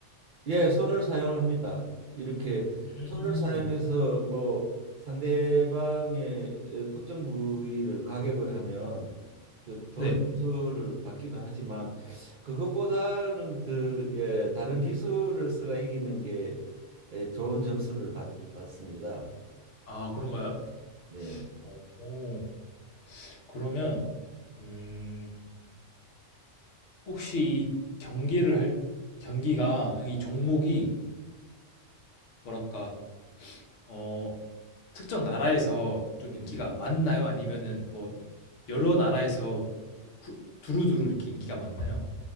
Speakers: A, on the right (about 60°); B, on the left (about 75°).
A: 예, 손을 사용합니다. 이렇게
B: 음,
A: 손을 사용해서 뭐 상대방의 에, 특정 부위를 가격을 하면 저- 좋은
B: 네.
A: 점수를 받기도 하지만 그것보다는 더 예, 다른 기술을 써가 이기는 게 예, 좋은 점수를 받, 받습니다.
B: 아 그런가요?
A: 네.
B: 어, 오, 그러면 음. 혹시 이 경기를 할 경기가 이 종목이 뭐랄까 어 특정 나라에서 좀
A: 네.
B: 인기가 많나요? 아니면은 뭐 여러 나라에서 구- 두루두루 이렇게 인기가 많나요?